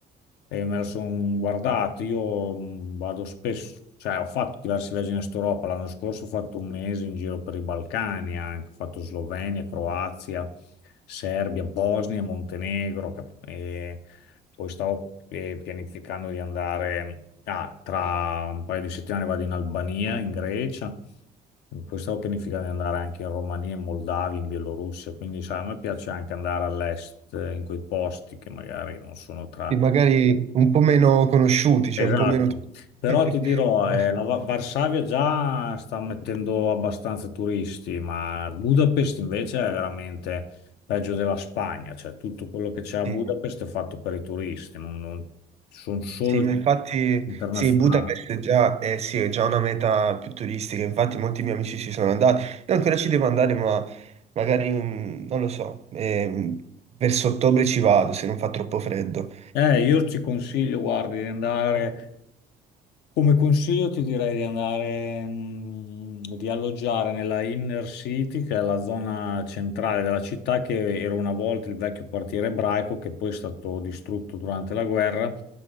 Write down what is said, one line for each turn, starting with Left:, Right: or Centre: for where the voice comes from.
Left: e me lo sono guardato. Io mh, vado spesso, cioè ho fatto diversi viaggi in Est Europa. L'anno scorso ho fatto un mese in giro per i Balcani, anche. Ho fatto Slovenia, Croazia, Serbia, Bosnia, Montenegro. cap- E poi stavo eh, pianificando di andare, ah, tra un paio di settimane vado in Albania, in Grecia. E Poi stavo pianificando di andare anche in Romania, in Moldavia, in Bielorussia, quindi sai, a me piace anche andare all'est, eh, in quei posti che magari non sono tra
Right: e magari un po' meno conosciuti, cioè
Left: Esatto,
Right: un po' meno...
Left: però
Right: <laughs>
Left: ti dirò, eh, la Va- Varsavia già sta mettendo abbastanza turisti, ma Budapest invece è veramente peggio della Spagna, cioè tutto quello che c'è a
Right: Sì,
Left: Budapest è fatto per i turisti, non, non- sono solo
Right: sì, ma infatti
Left: internazionali.
Right: sì, Budapest è già, eh, sì, è già una meta più turistica, infatti molti miei amici ci sono andati, io ancora ci devo andare, ma magari, mm, non lo so, ehm, verso ottobre ci vado se non fa troppo freddo.
Left: Eh, io ci consiglio, guardi, di andare Come consiglio ti direi di andare, mm, di alloggiare nella Inner City, che è la zona centrale della città, che era una volta il vecchio quartiere ebraico, che poi è stato distrutto durante la guerra